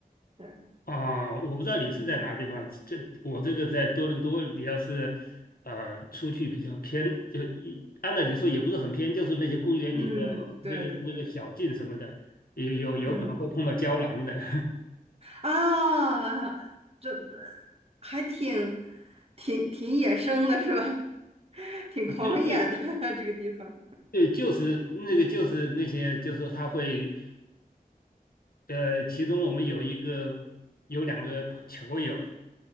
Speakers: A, on the right; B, on the left.
A: 对。
B: 啊。我不知道你是在哪个地方，
A: 嗯。
B: 这我这个在多伦多，你要是呃出去比较偏，就一按照你说也不是很偏，就是那些公园里的那个那个小径什么的，
A: 嗯，对对对，
B: 有有有可能会碰到胶囊的。
A: 嗯
B: <laughs>
A: 啊，这还挺挺挺野生的是吧？<laughs> 挺狂野的
B: 对对
A: <laughs> 这个地方。
B: 对，就是那个就是那些，就是说他会呃，其中我们有一个有两个球友，